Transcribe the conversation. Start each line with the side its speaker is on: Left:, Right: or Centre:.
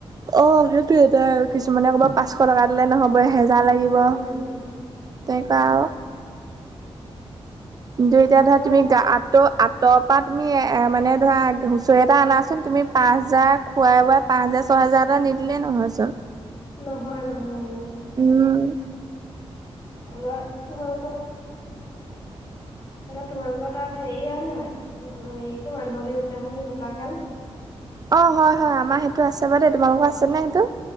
Right: অ সেইটোয়ে এতিয়া আৰু কিছুমানে ক'ব পাঁচশ টকা দিলে নহব এহে জাৰ লাগিব
Left: উম
Right: তেনেকুৱা আৰু দুইটা এতিয়া
Left: আকৌ
Right: ধৰা তুমি গা আত ত' আঁতৰ পৰা তুমি এ মানে ধৰা হুঁচৰি এটা আনাচোন তুমি পাঁচ হাজাৰ খোৱাই বোৱাই পাঁচ হাজাৰ ছহেজাৰ এটা নিদিলে নহয় চোন
Left: নহয় নহয়
Right: উম
Left: এবাৰ তোমালোকৰ তাত
Right: <unintelligible>
Left: এবাৰ তোমালোকৰ তাত হেৰি হয় নহয় হেৰি কি মানুহৰ বিহু দিনাখনি বোকা খেল
Right: অঁ হয় হয় আমাৰ সেইটো আছে বাৰু দেই তোমালোকৰ আছেনে সেইটো